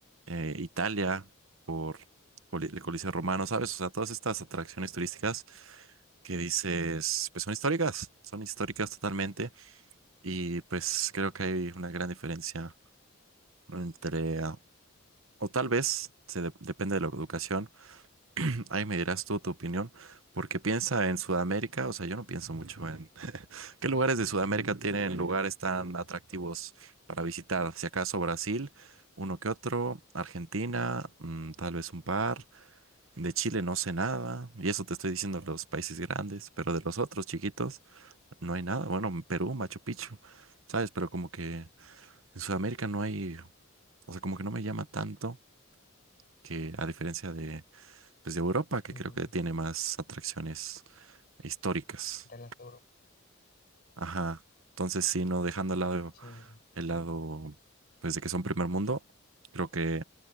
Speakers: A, on the right; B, on the left.
A: eh, Italia por Coli- el Coliseo Romano, ¿sabes? O sea, todas estas atracciones turísticas que dices, pues son históricas, son históricas totalmente y pues creo que hay una gran diferencia entre, ah, o tal vez, se de- depende de la educación, <clears throat> ahí me dirás tú tu opinión, porque piensa en Sudamérica, o sea, yo no pienso mucho en ¿Qué lugares de Sudamérica tienen lugares tan atractivos para visitar? Si acaso Brasil, uno que otro, Argentina, mm, tal vez un par. De Chile no sé nada, y eso te estoy diciendo de los países grandes, pero de los otros chiquitos no hay nada. Bueno, Perú, Machu Picchu, ¿sabes? Pero como que en Sudamérica no hay, o sea, como que no me llama tanto que a diferencia de, pues, de Europa, que
B: Ujú.
A: creo que tiene más atracciones históricas.
B: De las Europas.
A: Ajá. Entonces, sí, no dejando al lado
B: Sí,
A: el lado, pues de que son primer mundo, creo que